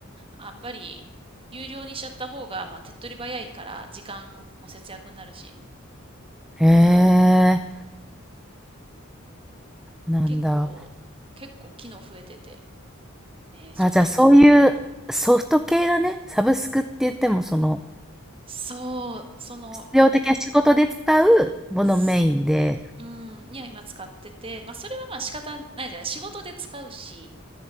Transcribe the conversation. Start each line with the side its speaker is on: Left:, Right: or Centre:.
Right: やっぱり、有料にしちゃった方が、まあ、手っ取り早いから、時間も節約になるし。
Centre: へえ、
Right: うん。
Centre: なんだ。
Right: 結構、結構機能増えてて。ねえ、ちょっと。
Centre: あ、じゃあそういうソフト系だね。サブスクって言っても、その、
Right: そう、その、
Centre: 必要的な仕事で使うものメインで、
Right: すうん、には今使ってて、まあ、それはまあ仕方ないじゃない。仕事で使うし、